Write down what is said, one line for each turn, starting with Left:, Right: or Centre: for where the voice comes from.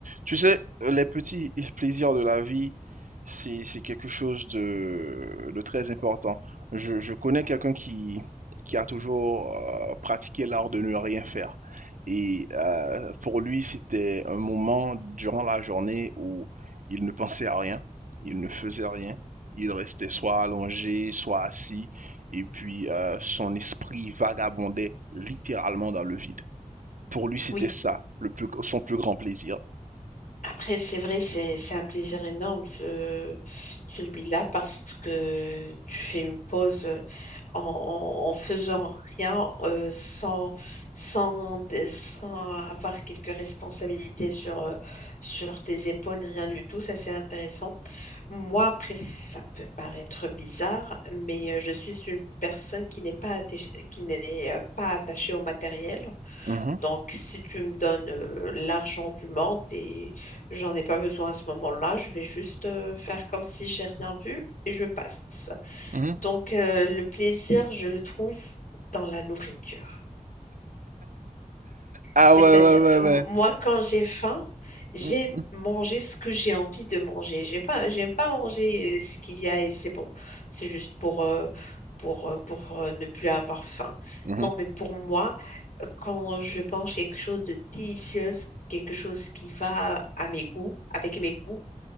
Right: Tu sais, les petits plaisirs de la vie, c'est c'est quelque chose de, de très important. Je, je connais quelqu'un qui, qui a toujours euh, pratiqué l'art de ne rien faire. Et euh, pour lui, c'était un moment durant la journée où il ne pensait à rien, il ne faisait rien, il restait soit allongé, soit assis, et puis euh, son esprit vagabondait littéralement dans le vide. Pour lui, c'était
Left: Oui,
Right: ça, le plus- son plus grand plaisir.
Left: après, c'est vrai, c'est c'est un plaisir énorme, ce, celui-là, parce que tu fais une pause euh, en, en- en faisant rien, euh, sans, sans, dé- sans avoir quelques responsabilités sur, euh, sur tes épaules, ni rien du tout. Ça, c'est intéressant. Moi, après, ça peut paraître bizarre, mais euh, je suis une personne qui n'est pas attaché- qui n'est euh, pas attachée au matériel.
Right: Mhm.
Left: Donc, si tu me donnes euh, l'argent du monde et j'en ai pas besoin à ce moment-là, je vais juste euh, faire comme si j'ai rien vu et je passe.
Right: Mhm.
Left: Donc, euh, le plaisir, je le trouve dans la nourriture.
Right: Ah
Left: C'est-à-dire,
Right: ouais, ouais,
Left: euh,
Right: ouais,
Left: m-
Right: ouais.
Left: moi, quand j'ai faim, j'aime
Right: Mhm, mhm,
Left: manger ce que j'ai envie de manger. J'ai pas, j'aime pas manger euh, ce qu'il y a et c'est bon. C'est juste pour, euh, pour, euh, pour euh, ne plus avoir faim.
Right: mhm.
Left: Non, mais pour moi, euh, quand je mange quelque chose de délicieux, quelque chose qui va à mes goûts, avec mes goûts,